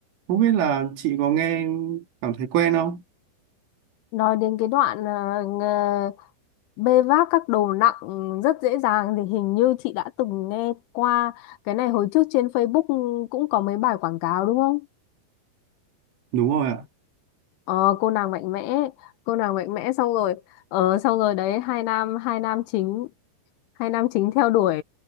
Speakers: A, on the right (about 90°); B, on the left (about 85°).
A: không biết là chị có nghe cảm thấy quen không
B: nói đến cái đoạn ờ, ngờ- bê vác các đồ nặng rất dễ dàng thì hình như chị đã từng nghe qua cái này hồi trước trên Facebook cũng có mấy bài quảng cáo đúng không?
A: đúng rồi ạ
B: Ờ, cô nàng mạnh mẽ cô nàng mạnh mẽ xong rồi ờ, xong rồi đấy hai nam hai nam chính hai nam chính theo đuổi